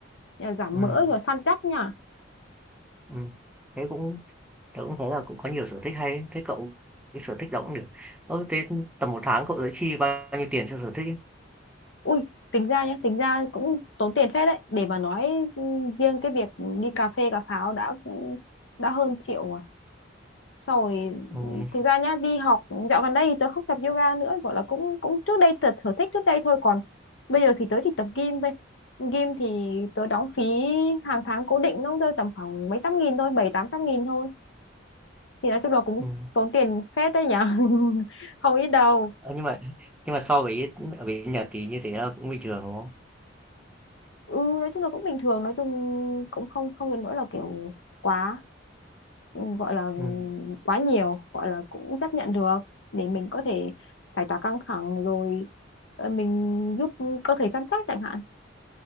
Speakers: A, on the left; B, in the centre.
A: Nhờ giảm
B: ừm,
A: mỡ rồi săn chắc nhá
B: ừm, thế cũng tớ cũng thấy là cũng có nhiều sở thích hay ấy, thế cậu cái sở thích đó cũng được. Ơ, thế tầm một tháng cậu sẽ chi bao nhiêu tiền cho sở thích ấy?
A: ui tính ra nhá tính ra cũng tốn tiền phết đấy để mà nói ừ, riêng cái việc đi cà phê cà pháo đã ừ, đã hơn triệu Xong rồi
B: Ừm,
A: ừ, thực ra nhá đi học dạo gần đây thì tớ không tập yoga nữa gọi là cũng cũng trước đây tớ sở thích trước đây thôi còn bây giờ thì tớ chỉ tập gym thôi gym thì tớ đóng phí hàng tháng cố định nó rơi tầm khoảng mấy trăm nghìn thôi bảy tám trăm nghìn thôi thì nói chung là cũng
B: ừm.
A: tốn tiền phết đấy nhở <laughs> không ít đâu
B: Ờ, nhưng mà nhưng mà so với ở bên Nhật thì như thế là cũng bình thường đúng không?
A: ừ nói chung là cũng bình thường nói chung cũng không không đến nỗi là kiểu quá gọi là
B: Ừm,
A: quá nhiều gọi là cũng chấp nhận được để mình có thể giải tỏa căng thẳng rồi ờ, mình giúp cơ thể săn chắc chẳng hạn